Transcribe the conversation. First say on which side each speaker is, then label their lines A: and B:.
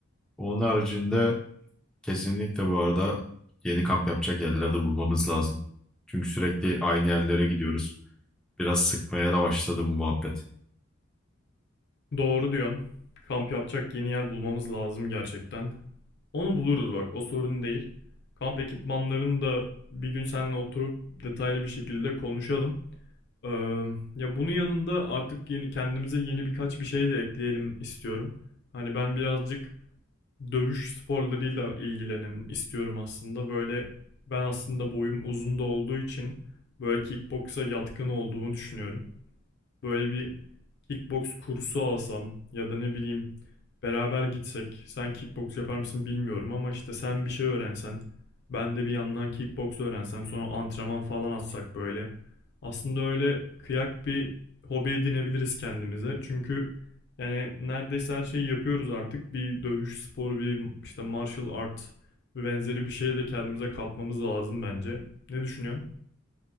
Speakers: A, in the centre; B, on the left (about 55°).
A: Onun haricinde Kesinlikle bu arada yeni kamp yapacak yerlerde bulmamız lazım. Çünkü sürekli aynı yerlere gidiyoruz. Biraz sıkmaya da başladı bu muhabbet.
B: Doğru diyorsun. Kamp yapacak yeni yer bulmamız lazım gerçekten. Onu buluruz bak, o sorun değil. Kamp ekipmanlarını da bir gün seninle oturup detaylı bir şekilde konuşalım. Ee, ya bunun yanında artık yeni kendimize yeni birkaç bir şey de ekleyelim istiyorum. Hani ben birazcık dövüş sporlarıyla ilgilenim istiyorum aslında. Böyle ben aslında boyum uzun da olduğu için böyle kickboksa yatkın olduğumu düşünüyorum. Böyle bir kickbox kursu alsam ya da ne bileyim beraber gitsek. Sen kickbox yapar mısın bilmiyorum ama işte sen bir şey öğrensen, ben de bir yandan kickbox öğrensem, sonra antrenman falan atsak böyle. Aslında öyle kıyak bir hobi edinebiliriz kendimize. Çünkü yani neredeyse her şeyi yapıyoruz artık. Bir dövüş sporu, bir işte martial art ve benzeri bir şeye de kendimize katmamız lazım bence. Ne düşünüyorsun?